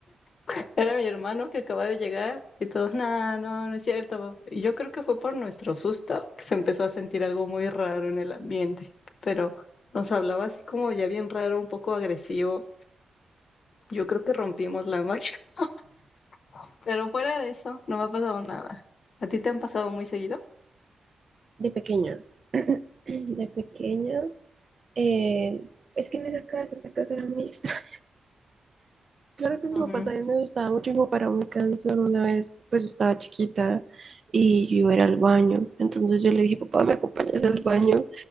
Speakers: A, on the left; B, on the right.
A: <laughs> era mi hermano que acaba de llegar, y todos, no, no, no es cierto. Y yo creo que fue por nuestro susto que se empezó a sentir algo muy raro en el ambiente, pero nos hablaba así como ya bien raro, un poco agresivo. Yo creo que rompimos la magia, <laughs> pero fuera de eso, no me ha pasado nada. ¿A ti te han pasado muy seguido?
B: de pequeña. <clears throat> De pequeña. eh, es que en esa casa, esa casa era muy extraña. Claro que mi
A: Ujú.
B: papá también me gustaba mucho y me paraba muy cansón una vez, pues estaba chiquita y yo iba a ir al baño. Entonces yo le dije, papá, ¿me acompañas al baño?